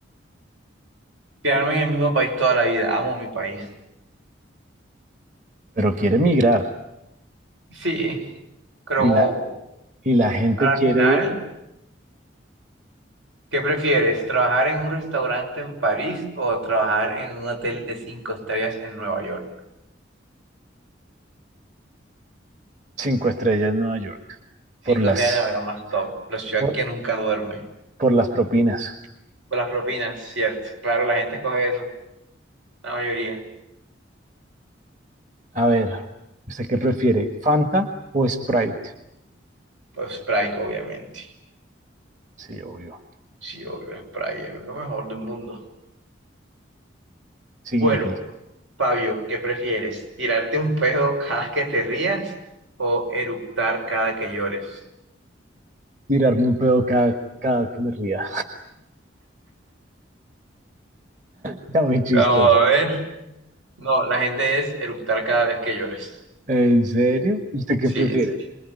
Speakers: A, on the right; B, on the right.
A: Quedarme en el mismo país toda la vida. Amo mi país.
B: Pero quiere migrar
A: Sí, creo
B: y
A: como
B: la, y la gente
A: a la
B: quiere
A: final. ¿Qué prefieres, trabajar en un restaurante en París o trabajar en un hotel de cinco estrellas en Nueva York?
B: cinco estrellas en Nueva York
A: Cinco
B: por las,
A: estrellas en Nueva York más top. La ciudad
B: por,
A: que nunca duerme.
B: por las propinas.
A: Por las propinas, cierto. Claro, la gente coge eso. La mayoría.
B: A ver, ¿usted qué prefiere? ¿Fanta o Sprite?
A: Pues Sprite, obviamente.
B: Sí, obvio.
A: Sí, obvio, la Sprite es lo mejor del mundo.
B: Siguiente,
A: Bueno, Fabio, ¿qué prefieres? ¿Tirarte un pedo cada que te rías o eructar cada que llores?
B: tirarme un pedo cada, cada que me ría. Está muy chistosa.
A: Vamos a ver. No, la gente es eructar cada vez que llores.
B: ¿En serio? ¿Usted qué
A: Sí,
B: prefiere?
A: en serio.